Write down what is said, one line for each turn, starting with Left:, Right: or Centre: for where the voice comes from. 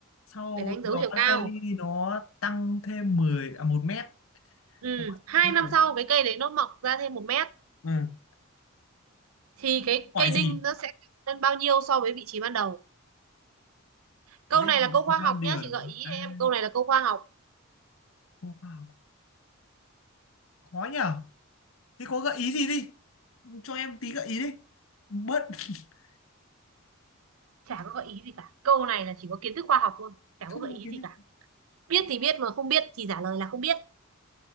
Left: sau
Right: để đánh
Left: đó
Right: dấu chiều cao.
Left: kali nó tăng thêm mười à 1 mét
Right: Ừ,
Left: hỏi,
Right: hai
Left: như
Right: năm
Left: là-
Right: sau cái cây đấy nó mọc ra thêm một mét
Left: ừ.
Right: thì cái
Left: hỏi
Right: cây đinh
Left: gì
Right: nó sẽ cao lên bao nhiêu so với vị trí ban đầu? Câu
Left: nên
Right: này là câu khoa
Left: vâng
Right: học
Left: điền
Right: nhá, chị gợi ý
Left: à,
Right: cho em câu này là câu khoa học.
Left: wow. khó nhở thế có gợi ý gì đi cho em tí gợi ý đi bớt <laughs>
Right: chả có gợi ý gì cả câu này là chỉ có kiến thức khoa học thôi chả
Left: không
Right: có gợi
Left: có
Right: ý
Left: kiến
Right: gì
Left: thức
Right: cả biết thì biết mà không biết thì trả lời là không biết